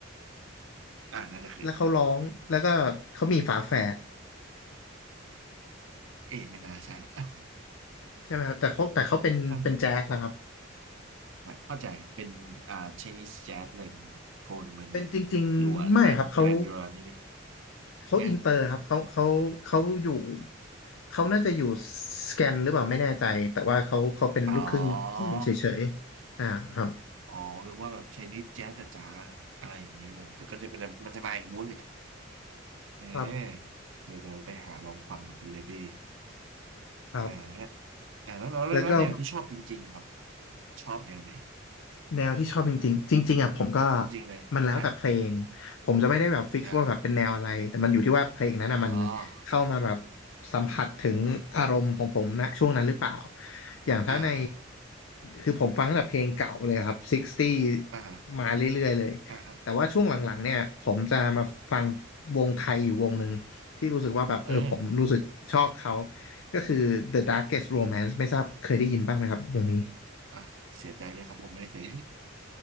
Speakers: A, on the right; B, on the left.
A: อ่าน่าจะเคยฟัง
B: แล้วเขาร้องแล้วก็เขามีฝาแฝด
A: อืมเอ๊ะไม่น่าใช่ละ <laughs> อ่ะ
B: ใช่ไหมครับแต่เขาแต่เขาเป็นเป็นแจ๊สนะครับ
A: อ่าเข้าใจเป็นอ่า Chinese Jazz อะไรมันโทนมันเนี่ย
B: เป็นจริงๆไม่ครับเขา
A: ดูอ่ะแกรนแกรนจูรานิดนึง
B: เขาอินเตอร์ครับเขาเขาเขาอยู่
A: ไง
B: เขาน่าจะอยู่สแกนหรือเปล่าไม่แน่ใจแต่ว่าเขาเขาเป็นลูกครึ่งจีนเฉยๆอ่าครับ
A: อ๋ออ๋อเรียกว่าแบบ Chinese Jazz จ๋าๆอะไรอย่างงี้มันก็จะมันจะมันจะมาอีกมูดหนึ่งเออเดี๋ยวจะไปหาลองฟังกับคุณเลบี้
B: ครับครับ
A: อ่าฮะอ่าแล้วแล้วแล้วแล้วแนวที่ชอบจริงๆอะครับ
B: แล้วก็
A: ชอบแนวไหน
B: แนวที่ชอบจริงๆจริงๆอ่ะผมก็
A: จริงๆเลยอ่ะ
B: มันแล้วแต่เพลงผมจะไม่ได้แบบฟิกซ์ว่าแบบเป็นแนวอะไรแต่มันอยู่ที่ว่าเพลงนั้นอ่ะมัน
A: อ่าอ๋อ
B: เข้ามาแบบสัมผัสถึงอารมณ์ของผมนะช่วงนั้นหรือเปล่าอย่างถ้าใน
A: อ่าอ่า
B: คือผมฟังตั้งแต่เพลงเก่าเลยครับ60
A: อ่า
B: มาเรื่อยๆเลย
A: อ่าครับ
B: แต่ว่าช่วงหลังๆเนี่ยผมจะมาฟังวงไทยอยู่วงหนึ่งที่รู้สึกว่าแบบเออผมรู้สึกชอบเขา
A: อืม
B: ก็คือ The Darkest Romance ไม่ทราบเคยได้ยินบ้างไหมครับวงนี้
A: อ่ะเสียใจด้วยครับผมไม่ได้เสีย